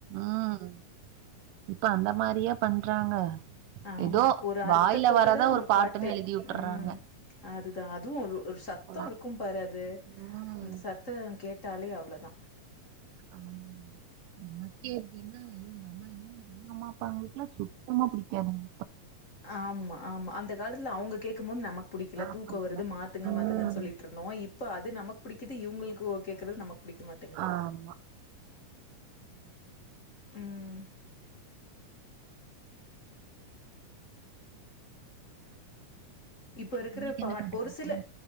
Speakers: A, on the right; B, on the left.
A: ம் இப்ப அந்த மாரியா பண்றாங்க
B: ஆமா
A: ஏதோ
B: ஒரு அர்த்தத்தோடதா
A: வாயில வரத
B: ஒரு
A: பாட்டுன்னு
B: பாட்டு
A: எழுதி விட்டுறாங்க
B: ம் அதுதா அதுவு ஒரு ஒரு சத்தோ
A: இப்பல்லா
B: இருக்கும் பாரது
A: ம்
B: அந்த சத்த கேட்டாலே அவ்ளதா
A: ஆமா நமக்கே அப்டின்னா ஐயோ நம்ம அம்மா அப்பாங்களுக்லா சுத்தமா புடிக்காதுங்க
B: ஆமா ஆமா அந்த காலத்துல அவுங்க கேக்கு போது நமக்கு புடிக்ல
A: எனக்கு
B: தூக்க
A: பிடிக்கல
B: வருது மாத்துங்க
A: ம்
B: மாத்துங்கன் சொல்லிட்ருந் தோ இப்ப அது நமக் புடிக்கிது இவுங்குளுக்கு ஒ கேக்கறது நமக் புடிக்க மாட்டேங்குது
A: ஆமா
B: ம் இப்ப இருக்கிற
A: உங்களுக்கு
B: பாட்
A: என்ன பாட்டு
B: ஒரு
A: பிடிக்கு
B: சில